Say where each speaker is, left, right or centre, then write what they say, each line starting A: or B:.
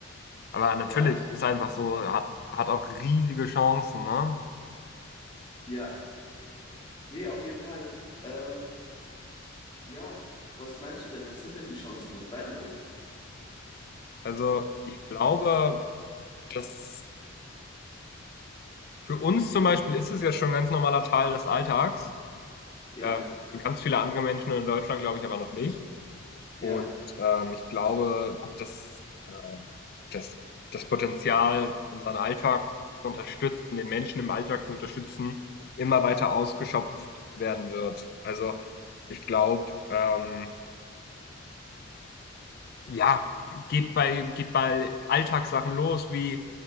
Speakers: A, on the left; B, on the left.
A: Aber natürlich,
B: Ja,
A: ist einfach so, hat hat auch riesige Chancen, ne?
B: ja. Nee, auf jeden Fall. Ähm, ja, was meinst du denn? Was sind denn die Chancen aus deiner Sicht?
A: Also, ich glaube, dass für uns zum Beispiel ist es ja schon 'n ganz normaler Teil des Alltags,
B: Ja,
A: ähm, für ganz viele andere Menschen in Deutschland glaube ich aber noch nicht.
B: ja,
A: Und, ähm, ich glaube, dass, äh, dass das Potenzial, unseren Alltag zu unterstützen, den Menschen im Alltag zu unterstützen, immer weiter ausgeschöpft werden wird. Also, ich glaube, ähm, ja, geht bei geht bei Alltagssachen los, wie: